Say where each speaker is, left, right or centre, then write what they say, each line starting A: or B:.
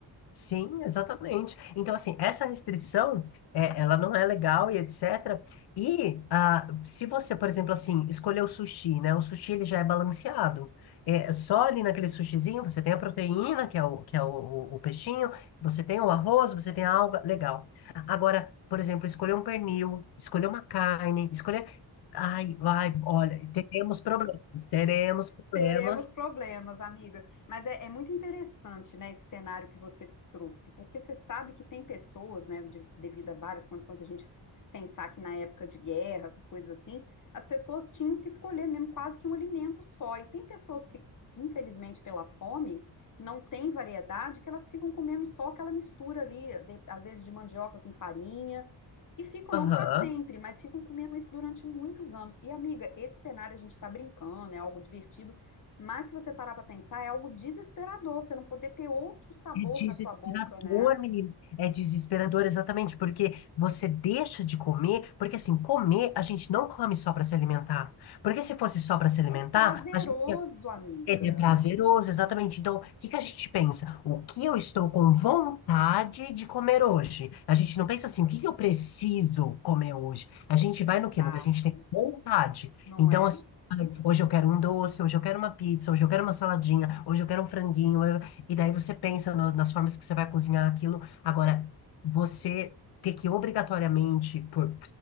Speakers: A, on the left (about 60°); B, on the left (about 45°).
A: Sim, exatamente. Então, assim, essa restrição, é, ela não é legal e etc. E ah, se você, por exemplo, assim, escolher o sushi, né? O sushi, ele já é balanceado. É, é só ali naquele sushizinho, você tem a proteína, que é o, que é o, o- o peixinho, você tem o arroz, você tem a alga, legal. Agora, por exemplo, escolher um pernil, escolher uma carne, escolher... Ai, vai, olha, teremos problemas, teremos problemas.
B: Teremos problemas, amiga. Mas é, é muito interessante, né, esse cenário que você trouxe, porque você sabe que tem pessoas, né, de- devido a várias condições, a gente pensar que na época de guerra, essas coisas assim, as pessoas tinham que escolher mesmo quase que um alimento só. E tem pessoas que, infelizmente, pela fome, não tem variedade, que elas ficam comendo só aquela mistura ali, de- às vezes de mandioca com farinha. E ficam
A: Aham.
B: não para sempre, mas ficam comendo isso durante muitos anos. E, amiga, esse cenário a gente está brincando, é algo divertido, mas se você parar para pensar, é algo desesperador você não poder ter outro sabor
A: É desesperador,
B: na sua boca, né?
A: menino. É desesperador, exatamente, porque você deixa de comer, porque assim, comer a gente não come só para se alimentar. Porque se fosse só para se alimentar,
B: É prazeroso,
A: a gente ia
B: amiga.
A: ele é prazeroso, exatamente. Então, o que que a gente pensa? O que eu estou com vontade de comer hoje? A gente não pensa assim, o que que eu preciso comer hoje? A gente
B: Exato,
A: vai no quê? No que a gente tem vontade.
B: não
A: Então,
B: é?
A: assim, ai, hoje eu quero um doce, hoje eu quero uma pizza, hoje eu quero uma saladinha, hoje eu quero um franguinho. eu- E daí você pensa no- nas formas que você vai cozinhar aquilo. Agora, você ter que obrigatoriamente, por,